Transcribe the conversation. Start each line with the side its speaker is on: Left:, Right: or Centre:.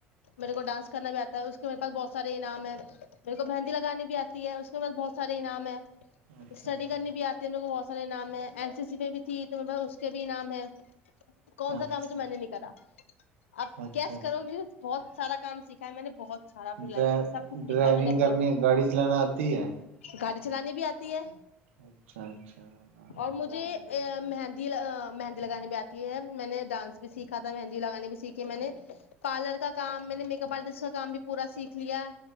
Left: میرے کو ڈانس کرنا بھی آتا ہے اس کے میرے پاس بہت سارے انعام ہے میرے کو مینہدی لگانی بھی آتی ہے اس کے بعد بہت فری نام <unintelligible>
Right: اچھا
Left: اسٹڈی
Right: اچھا
Left: کرنی بھی آتی ہے ان کو بہت فری نام ہے <unintelligible> اس اس سی میں بھی تھی تو میں کے بھی نام ہے کون
Right: اچھا
Left: سا کام ہے جو میں نے نہیں کرا اپ
Right: اچھا
Left: کیس کرو گی بہت سارا کام سیککھا ہے میں نے بہت سارا
Right: اچھا
Left: اپنی لائف سب کچھ
Right: ڈرائیونگ
Left: گھر میں نک
Right: کرنی گاڑی چلانا آتی ہے
Left: گڑی چلانی بھی آتی ہے
Right: اچھا اچھا <inaudible>
Left: اور مجھے مہندی مہندی لگانے بھی آتی ہے میں نے ڈانس بھی سیکھا تھا مہندی لگانے بھی سیکھے میں نے پارلر کا کام میں نے میک اپ آرٹسٹ کا کام بھی پورا سیکھ لیا